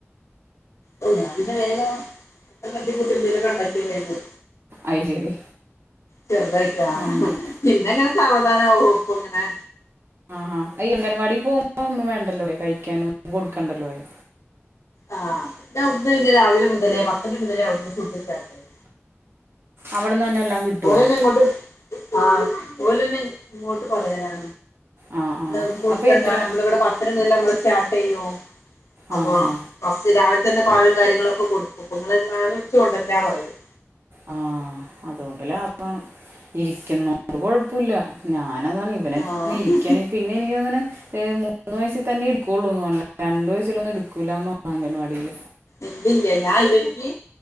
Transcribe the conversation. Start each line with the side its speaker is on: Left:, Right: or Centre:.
Left: ഓ ഞാൻ പിന്നെ വേഗം തട്ടി കൂട്ടി എന്തെങ്കിലും ഒക്കെ ഉണ്ടാക്കി കഴിക്കും
Right: അത് ശരി
Left: ചെറുതായിട്ടാ ആ
Right: അങ്ങനെ
Left: ഹ പിന്നെങ്ങനെ സാവതാനെ ഓ പ്പങ്ങനെ
Right: അ ആ അംഗൻവാടി പോകുമ്പോൾ ഒന്നും വേണ്ടല്ലോലെ കഴിക്കാനൊന്നും കൊടുക്കണ്ടല്ലോലെ
Left: ആ അവ്ടന്ന് രാവിലെ മുതലേ പത്ത് മണി മുതലേ അവിടന്ന് ഫുഡണ്ടാകും
Right: അവിടെന്ന് തന്നെ എല്ലാം കിട്ടുമോ
Left: ഓലെന്നെ ഇങ്ങോട്ട് ആ ഓലെന്നെ ഇങ്ങോട്ട് പറയലാ
Right: ആ ആ
Left: ങ്ങൾ കൊടുക്കണ്ട
Right: അപ്പം എത്ര
Left: നമ്മളിവിടെ പത്തണി മുതൽ നമ്മൾ സ്റ്റാർട്ടെയോ അപ്പോ
Right: ആ ഹാ
Left: ബസ്സ് രാവിൽ പാലും കാര്യങ്ങളൊക്കെ കൊടുക്കും നിങ്ങൾ <unintelligible> കൊണ്ടര്ണ്ട പറയും
Right: ആ അതുകൊണ്ട് ലാഭാണ് ഇരി ഇരിക്കുന്നോണ്ട് കുഴപ്പം ഇല്ല ഞാൻ അതാണ് ഇവനൊന്നിരിക്കാണെങ്കിൽ
Left: ആഹ്
Right: പിന്നെ എനിക്ക് തോന്നുന്നു മൂന്ന്‌വയ യസിതന്നെ എടുക്കൊള്ളൂന്നോണ് രണ്ടു വയസിലോന്നും എടുക്കൂലാന്നാ പറഞ്ഞു അംഗൻവാടിയിൽ
Left: ഇല്ലില്ല ഞാൻ ഇവർക്ക്